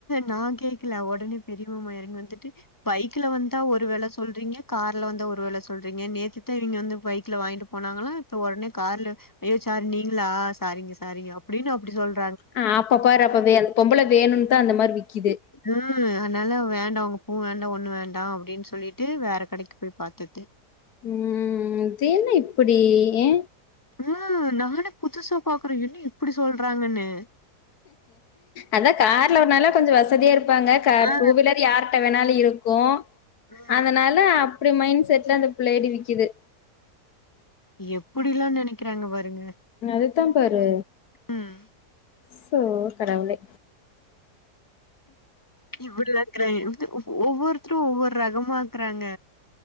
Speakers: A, on the left; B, on the left.
A: நா கேக்ல ஒடனே பெரிய மாமா எறங்கி வந்துட்டு பைக்ல வந்தா ஒரு வெல சொல்றீங்க கார்ல வந்தா ஒரு வெல சொல்றீங்க நேத்துதா இங்க வந்து பைக்ல வாய்ன்ட்டு போனாங்களா இப்ப ஒடனே கார்ல அய்யோ சார் நீங்ளா சாரிங்க சாரிங்க அப்டின் அப்டி சொல்
B: ஆ அப்ப பாரு அப்ப வே பொம்பள வேணுன் தா அந்த மார் விக்கிது
A: ஆ அதனால வேண்டா ஒங்க பூ வேண்டா ஒண்ணு வேண்டா அப்டின் சொல்லிட்டு வேற கடைக்கு போய் பாத்துட்டு
B: ம் இதென்ன இப்பிடி ஏ
A: ஆ நானே புதுசா பாக்குறே என்ன இப்டி சொல்றாங்கன்னு
B: அதா கார்ல வரனால கொஞ்சோ வசதியா இருப்பாங்க க
A: ஆ
B: டூ வீலர் யார் அதனால இருக்கு
A: ம்
B: அதனால அப்டி மைன்ட் செட்ல அந்த புள்ளய்ட்ட விக்கிது
A: எப்டில்லா நெனைக்கிறாங்க பாருங்க
B: அத தா பாரு
A: ம்
B: சோ கடவுளே
A: இவ்ளோ ரேட்டு க்ரை ஒவ்வொருத்ரு ஒவ்வொரு ரகமாக்குறாங்க